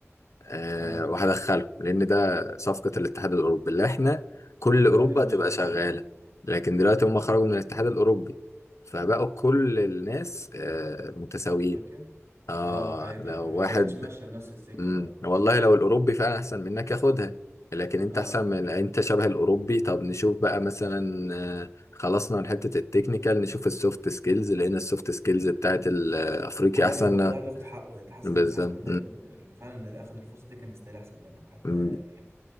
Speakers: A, on the left; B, on the right.
A: أه
B: اه
A: وهدخلهم لأن ده صفقة الاتحاد الأوروبي اللي إحنا كل
B: دلوقتي
A: أوروبا
B: بقى ماشية
A: تبقى
B: ازاي
A: شغالة لكن دلوقتي هم خرجوا من الاتحاد الأوروبي فبقوا كل الناس أه متساويين
B: افريقيا
A: اه
B: اه عادي
A: لو
B: يعني ما
A: واحد
B: بقتش ماشية بنفس السكة
A: امم
B: بقى
A: والله لو الاوروبي فعلا احسن منك ياخدها لكن انت
B: اه
A: احسن من انت شبه الاوروبي طب نشوف بقى مثلا آه، خلصنا من حته التكنيكال نشوف السوفت سكيلز لان السوفت سكيلز بتاعت الافريقي
B: عادي
A: احسن
B: بقى كل واحد بياخد حقه يعني انت حاسس
A: بالظبط
B: ان انت حتى فاهم اللي فعلا اللي اخد الفرصة دي كان يستاهل احسن منك حتى
A: امم
B: يعني